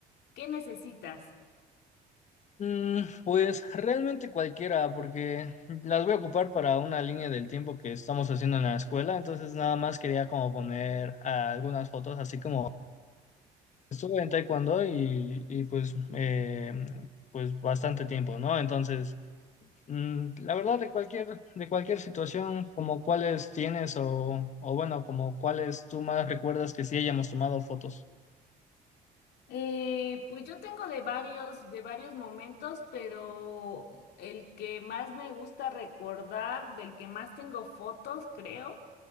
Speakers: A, on the left (about 75°); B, on the left (about 45°).
A: ¿Qué necesitas?
B: Mm, pues realmente cualquiera, porque las voy a ocupar para una línea del tiempo que estamos haciendo en la escuela, entonces nada más quería como poner ah, algunas fotos así como Estuve en taekwondo y, y, pues, eh, pues bastante tiempo, ¿no? Entonces, mm, la verdad de cualquier, de cualquier situación, como cuáles tienes o, o bueno, como cuáles tú más recuerdas que sí hayamos tomado fotos.
A: Eh, pues yo tengo de varios, de varios momentos, pero el que más me gusta recordar, del que más tengo fotos, creo,